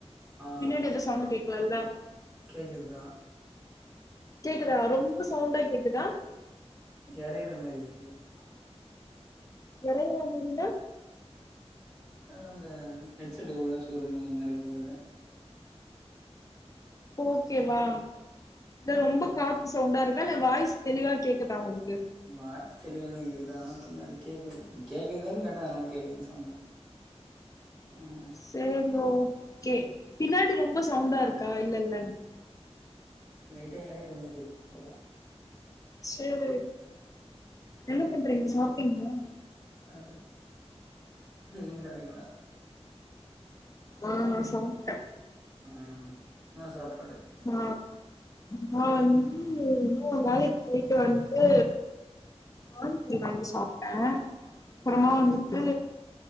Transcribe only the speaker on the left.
பின்னாடி எதோ சத் சவுண்ட் கேக்குவல்ல
கேக்குதா ரொம்ப சவுண்டா கேக்குதா
எரயிர மாரினா
ஓகேவா தர ரொம்ப காத்து சவுண்டா இருக்கா இல்ல வாய்ஸ் தெளிவா கேக்குதா உங்ளுக்
சேரிங்க ஓகே பின்னாடி ரொம்ப சவுண்டா இருக்கா இல்லல்ல
சேரி என்ன பண்றீங்க சாப்ட்டீங்ளா
ஆ நா சாப்டே
ம் நா வந்து இன்னோ வேலைக்கு போய்ட்டு வந்ட்டு பானி பூரி வாங்கி சாப்ட்டே அப்புறமா வந்துட்டு